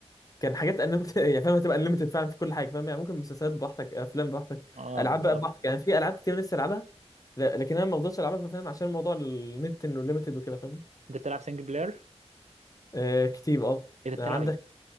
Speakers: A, on the left; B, on the right.
A: كان حاجات انليمتد <laughs> يعني فاهم هتبقى انليمتد فعلا في كل حاجه فاهم يعني ممكن مسلسلات براحتك افلام براحتك
B: اه
A: العاب
B: بالظبط
A: بقى براحتك يعني في العاب كتير نفسي العبها لا- لكن انا ما بفضلش العبها فاهم عشان موضوع النت انه ليميتد وكده فاهمني
B: انت بتلعب سنجل بلاير
A: آه كتير اه
B: ايه ده بتلعب
A: عندك
B: ايه؟